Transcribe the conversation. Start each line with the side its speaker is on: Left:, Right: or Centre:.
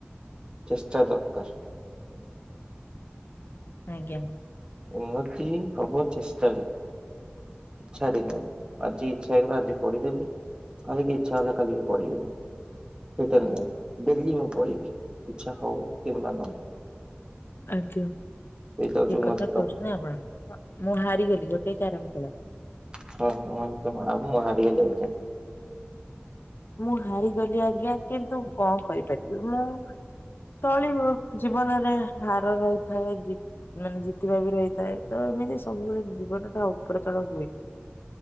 Right: ଚେଷ୍ଟା ଦରକାର।
Left: ଆଜ୍ଞା।
Right: ଉନ୍ନତି ହବ, ଚେଷ୍ଟା କଲେ। ଇଚ୍ଛାରେ ନୁହଁ, ଆଜି ଇଚ୍ଛା ହେଇଗଲା ଆଜି ପଢିଦେଲି କାଲିକି ଇଚ୍ଛା ହେଲା କାଲିକି ପଢ଼ିବିନି। ସେଇଟା ନୁହେଁ, ଡେଲି ହଉ ପଢ଼ିବେ ଇଚ୍ଛା ହଉ କିମ୍ବା ନ ହଉ।
Left: ଆଜ୍ଞା।
Right: ସେଇଟା ହଉଛି
Left: ଠିକ
Right: ଉନ୍ନତିର
Left: କଥା କହୁଛନ୍ତି ଆପଣ। ମୁଁ ମୁଁ ହାରିଗଲି ଗୋଟେ କ୍ୟାରମ୍ ଖେଳ
Right: ହଁ ମୁଁ ଭାବିଲି ତମେ ଆଉ ମୁଁ ହାରିଗଲି ଅବିକା।
Left: ମୁଁ ହାରିଗଲି ଆଜ୍ଞା। କିନ୍ତୁ କଣ କରିପାରିବି ମୁଁ ଚଳିବ ଜୀବନରେ ହାର ରହିଥାଏ, ଜିତ୍ ମାନେ ଜିତିବା ବି ରହିଥାଏ ତ ଏମିତି ସବୁବେଳେ ଜୀବନଟା ଉପର ତଳ ହୁଏ।